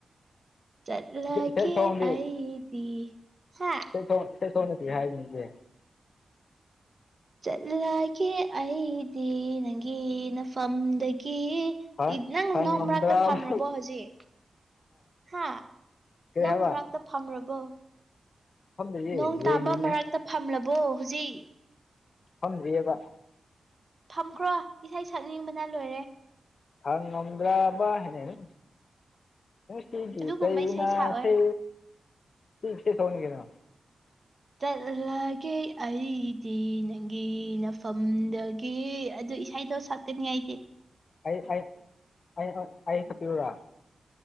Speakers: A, on the right; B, on the left.
A: ꯆꯠꯂꯒꯦ
B: ꯏꯁꯩ ꯁꯣꯟꯗꯤ
A: ꯑꯩꯗꯤ ꯍꯥ
B: <unintelligible>
A: ꯆꯠꯂꯒꯦ ꯑꯩꯗꯤ ꯅꯪꯒꯤ ꯅꯐꯝꯗꯒꯤ
B: ꯈꯪ
A: ꯅꯪ
B: ꯈꯪꯉꯝꯗ꯭ꯔꯕ
A: ꯅꯣꯡ ꯃꯔꯛꯇ ꯐꯝꯔꯕꯣ ꯍꯧꯖꯤꯛ ꯍꯥ
B: ꯀꯔꯤ
A: ꯅꯣꯡ
B: ꯍꯥꯏꯕ
A: ꯃꯔꯛ ꯇ ꯐꯝꯒ꯭ꯔꯕꯣ
B: ꯐꯝꯗ꯭ꯔꯤꯌꯦ
A: ꯅꯣꯡ ꯇꯥꯕ
B: ꯌꯦꯡꯉꯤꯅꯦ
A: ꯃꯔꯛꯇ ꯐꯝꯂꯕꯣ ꯍꯧꯖꯤꯛ
B: ꯐꯝꯗ꯭ꯔꯤꯌꯦꯕ
A: ꯐꯝꯈ꯭ꯔꯣ ꯏꯁꯩ ꯁꯛꯅꯤꯡꯕꯅ ꯂꯣꯏꯔꯦ
B: ꯍꯪ ꯉꯝꯗ꯭ꯔꯕ ꯍꯥꯏꯅꯦ <unintelligible> ꯅꯨꯡꯁꯤꯒꯤ
A: ꯑꯗꯨꯒꯨꯝꯕ
B: ꯆꯩꯅꯁꯦ
A: ꯏꯁꯩ ꯁꯛꯑꯣꯏ
B: ꯁꯤ ꯁꯦꯠ ꯁꯣꯡꯅꯤ ꯀꯩꯅꯣ
A: ꯆꯠꯂꯒꯦ ꯑꯩꯗꯤ ꯅꯪꯒꯤ ꯅ ꯐ ꯎꯝꯗꯒꯤ ꯑꯗꯨ ꯏꯁꯩꯗꯣ ꯁꯛꯀꯅꯤ ꯑꯩꯗꯤ
B: ꯑꯩ ꯑꯩ ꯑꯩ ꯑ ꯑꯩ ꯁꯛꯄꯤꯔꯣꯔꯥ